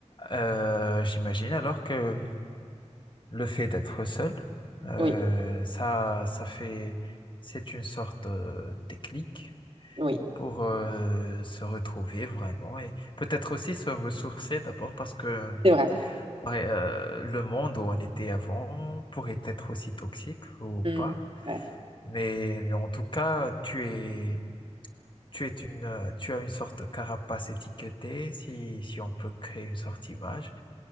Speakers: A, on the left; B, on the right.
A: heu, j'imagine alors que le fait d'être seul, heu,
B: Oui,
A: ça ça fait c'est une sorte, de déclic
B: oui,
A: pour, heu, se retrouver vraiment et peut-être aussi se ressourcer d'abord parce que,
B: c'est vrai.
A: ouais, heu, le monde où on était avant pourrait être aussi toxique ou
B: Mm,
A: pas,
B: ouais,
A: mais mais en tout cas, tu es Tu es une, euh, tu as une sorte de carapace étiquetée, si, si on peut créer une sorte image.